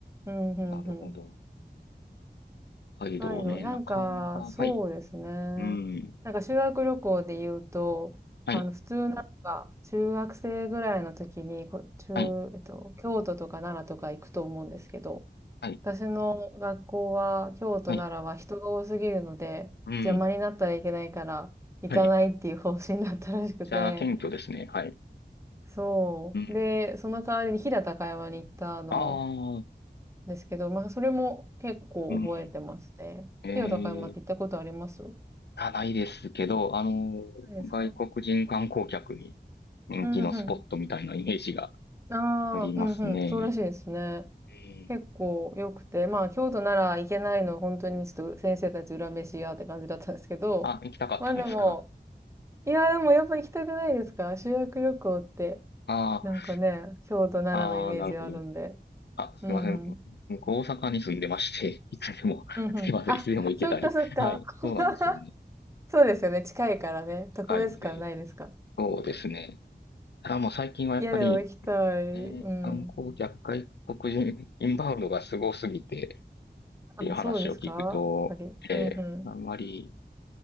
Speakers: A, on the right (about 15°); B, on the left (about 70°).
A: うんうんうん。
B: なるほど。北海道ね、
A: 北海道、なんか、
B: なかなか、
A: そうですね。
B: はい、うん、
A: なんか修学旅行で言うと、
B: はい、
A: あの、普通なんか、中学生ぐらいの時に、こ中、
B: はい、
A: えっと、京都とか奈良とか行くと思うんですけど、
B: はい、
A: 私の学校は、京都、
B: はい、
A: 奈良は人が多すぎるので、
B: うん、
A: 邪魔になったらいけないから、行かないっていう方針だったらしくて、
B: はい、めっちゃ謙虚ですね、はい、
A: そう。
B: うん、
A: で、その代わりに飛騨高山に行ったの
B: ああ
A: ですけど、まあ、それも結構覚えてますね。
B: うん、えー、
A: 飛騨高山って行ったことありますな
B: あ、ないですけど、あのー、
A: いですか
B: 外国人観光客に人気のスポットみたいなイメージが
A: うんうん。ああ、
B: ありますね。
A: うんうん。そうらしいですね。
B: うん
A: 結構良くて、まあ、京都なら行けないの、本当にちょっと先生たち裏飯やって感じだったんですけど、
B: あ、行きたかったんですか。
A: まあでも、いや、でもやっぱ行きたくないですか修学旅行って、
B: あ
A: なんかね、京都、奈良のイメージあるんで。
B: あ、ああ、なるほど。あ、すいません。
A: うんうん。
B: 僕、大阪に住んでまして、<laughs> いつでも、
A: うんうん。
B: <laughs> すいません、
A: あ、
B: いつでも行けたり。
A: そっかそっか。
B: はい、
A: <laughs>
B: そうなんですよね。
A: そうですよね。近いからね。
B: 近いので、
A: 特別感ないですか。
B: そうですね。ただもう最近はやっぱり、
A: いや、でも行きたい。
B: えー観光客外国人、
A: うん。
B: インバウンドがすごすぎて、っていう話を聞くと、
A: あ、そうですかやっぱり。
B: えーあんまり、
A: うんうん。